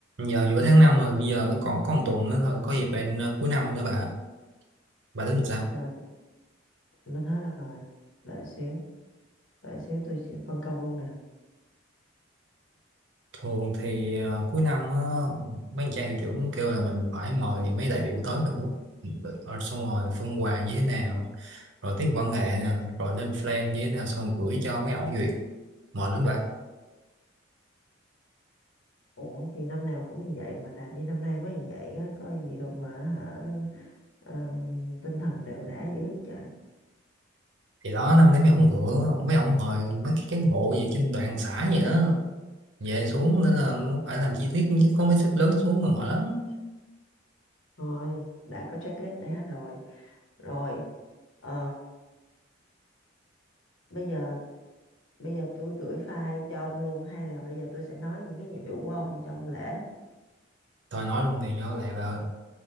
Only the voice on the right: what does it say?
giờ giữa tháng 5 rồi bây giờ vẫn còn có một tuần nữa thôi là có dịp bạn ờ, cuối năm nữa bà bà tính làm sao
thường thì ờ, cuối năm á, mấy anh trai hiệu trưởng kêu là mình phải mời mấy đại biểu tới nữa rồi xong rồi phân quà như thế nào rồi tiết mục văn nghệ nè rồi lên plan như thế nào xong rồi gửi cho mấy ông duyệt mệt lắm bà
thì đó năm nay mấy ông ngựa mấy ông mời mấy cái cán bộ gì trên đoàn xã gì đó về xuống nên là nó phải làm chi tiết chứ có mấy sếp lớn xuống là mệt lắm
thôi nói luôn này do lẹ bà ơi